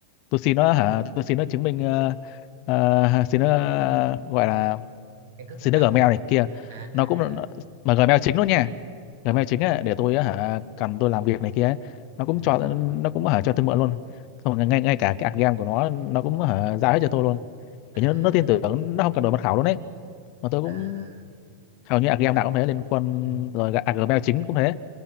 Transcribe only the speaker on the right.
ừ.
căn cước
công dân
hả
à à
à.
ờ
ờ
ừ.
à
à à
ờ,
ừ.